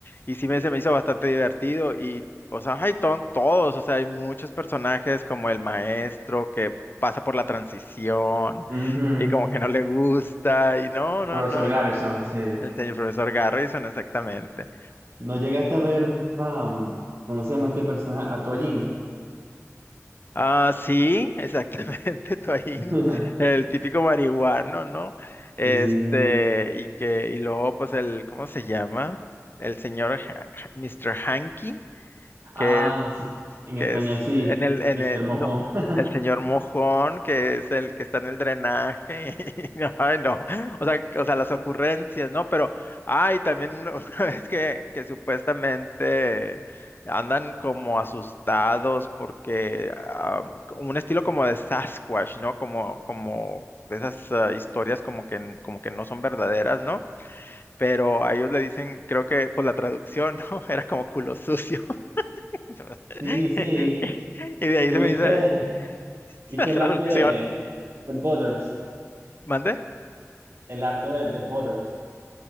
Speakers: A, on the left; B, on the right.
A: Y sí me, se me hizo bastante divertido y pues hay todos, o sea, hay muchos personajes como el maestro que pasa por la transición
B: Ujú.
A: y como que no le gusta y no, no,
B: Profesor
A: no,
B: Garrison,
A: no.
B: sí.
A: El señor profesor Garrison, exactamente.
B: ¿No llegaste a ver, am, cómo se llama este personaje? A Toallín.
A: Ah, sí, exactamente, <laughs> Toain,
B: <laughs>
A: el típico marihuano, ¿no? Este,
B: Sí.
A: y que, y luego, pues, el, ¿cómo se llama? El señor Ha- Ha- Mr. Hanky,
B: Ah,
A: que es
B: sí, en
A: que
B: español
A: es
B: sí,
A: en el, en
B: Mister
A: el,
B: Mojón.
A: no,
B: <laughs>
A: el señor Mojón, que es el que está en el drenaje. <laughs> y- no, Ay, no. O sea, o sea, las ocurrencias, ¿no? Pero, ay, también una, <laughs> una vez que, que supuestamente andan como asustados porque ah, un estilo como de Sasquatch, ¿no? Como, como de esas ah, historias como que, n- como que no son verdaderas, ¿no? Pero a ellos le dicen, creo que por la traducción, <laughs> ¿no? Era como culo sucio. <laughs> <laughs>
B: Sí, sí,
A: Y de ahí
B: tuviste,
A: se me dice <laughs>
B: viste
A: la traducción.
B: el arco de, de Butters,
A: ¿Mande?
B: el arco de, de Butters.